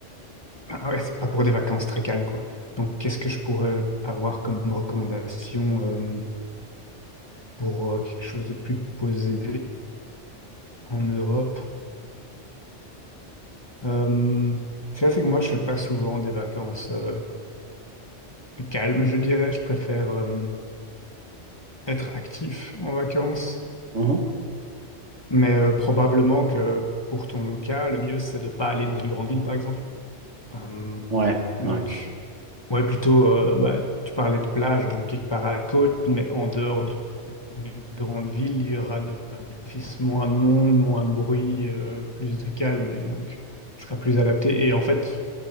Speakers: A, on the left (about 20°); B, on the right (about 75°).
A: ah ouais, c'est pas pour des vacances très calmes, quoi. Donc, qu'est-ce que je pourrais avoir comme recommandation euh, pour euh, quelque chose de plus posé en Europe? Euh, ça, c'est que moi, je fais pas souvent des vacances euh, calmes, je dirais. Je préfère euh, être actif en vacances.
B: mhm.
A: Mais euh, probablement que pour ton cas, le mieux, c'est de pas aller dans une grande ville, par exemple. Euh,
B: Ouais,
A: donc,
B: ouais.
A: ouais, plutôt, euh, bah, tu parlais de plage, donc quelque part à la côte, mais en dehors d'une grande ville, il y aura d'office moins de monde, moins de bruit, euh, plus de calme, et donc, je serai plus adapté. Et en fait,